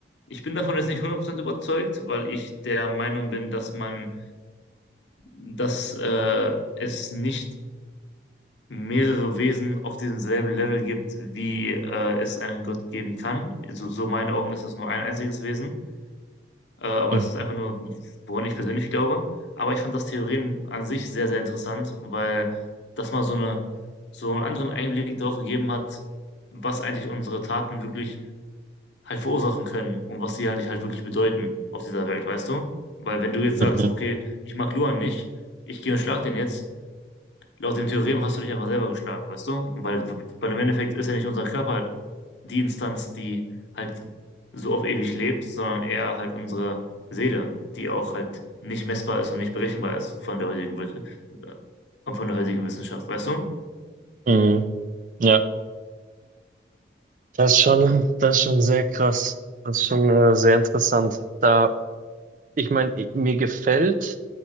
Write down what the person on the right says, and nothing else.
Mhm.
Mhm.
Mhm. Ja, das ist schon, das ist schon sehr krass. Das ist schon äh, sehr interessant. Da, ich meine, i- mir gefällt